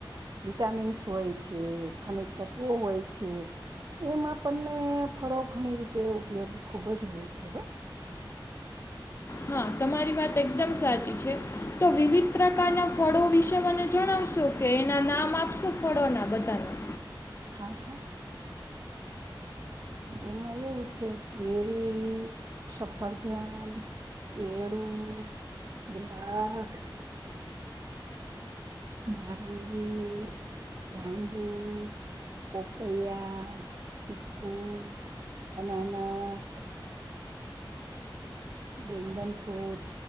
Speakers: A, on the right; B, on the left.
A: વિટામિન્સ હોય છે ખનિજ તત્વો હોય છે એમાં પણણને ફળો ઘણી રીતે ઉપયોગી ખૂબ જ હોય છે વા
B: હા તમારી વાત એકદમ સાચી છે તો વિવિધ પ્રકારના ફળો વિશે મને જણાવશો કે એના નામ આપશો ફળોના બધાના
A: આ હા એમાં એવું છે કેરી સફરજન કેળું દ્રાક્ષ નારંગી જાાંબુ પોપૈયા ચીકુ અનસ ડ્રેંગન ફ્રૂટ